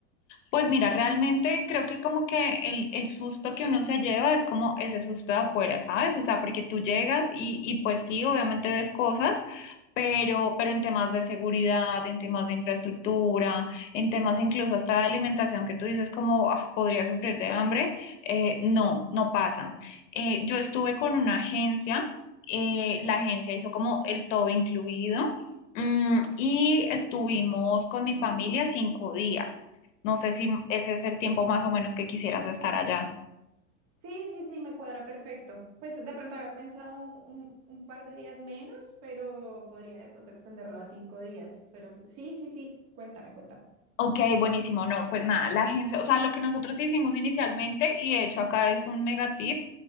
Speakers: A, on the left (about 65°); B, on the right (about 40°).
A: Pues mira, realmente creo que como que el, el susto que uno se lleva es como ese susto de afuera, ¿sabes? O sea, porque tú llegas y, y pues sí, obviamente ves cosas, pero, pero en temas de seguridad, en temas de infraestructura, en temas incluso hasta de alimentación que tú dices como "Ah, podría sufrir de hambre, eh, no, no pasa. Eh, yo estuve con una agencia, eh, la agencia hizo como el todo incluido, mm, y estuvimos con mi familia cinco días. No sé si ese es el tiempo más o menos que quisieras estar allá.
B: Sí, sí, sí, me cuadra perfecto. Pues de pronto había pensado un, un- un par de días menos, pero podría de pronto extenderlo a cinco días. Pero sí, sí, sí, cuéntame, cuéntame.
A: Ok, buenísimo. No, pues nada, la agencia, o sea, lo que nosotros hicimos inicialmente, y de hecho acá es un mega tip,